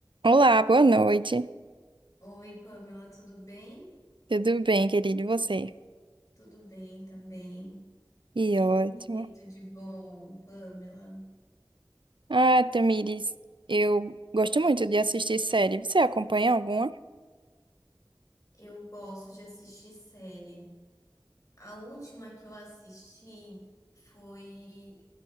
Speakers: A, on the right; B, on the left.
A: Olá, boa noite.
B: Oi, Pamela, tudo bem?
A: Tudo bem, querido, e você?
B: Tudo bem também. O
A: E
B: que
A: ótimo.
B: que tem feito de bom, Pamela?
A: Ah, Tamires, eu gosto muito de assistir série. Você acompanha alguma?
B: Eu gosto de assistir série. A última que eu assisti foi